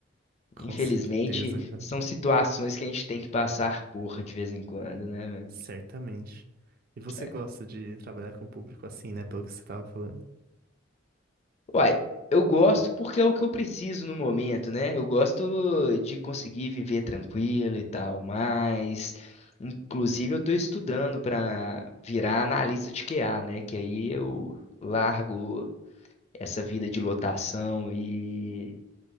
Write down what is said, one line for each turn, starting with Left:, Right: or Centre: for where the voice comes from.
Right: com
Left: infelizmente,
Right: certeza, cara.
Left: são situações que a gente tem que passar por de vez em quando, né, velho?
Right: Certamente. E você
Left: É.
Right: gosta de trabalhar com o público assim, né? Pelo que você tava falando.
Left: Uai, eu gosto porque é o que eu preciso no momento, né? Eu gosto de conseguir viver tranquilo e tal, mas inclusive eu tô estudando para virar analista de QA, né? Que aí eu largo essa vida de lotação e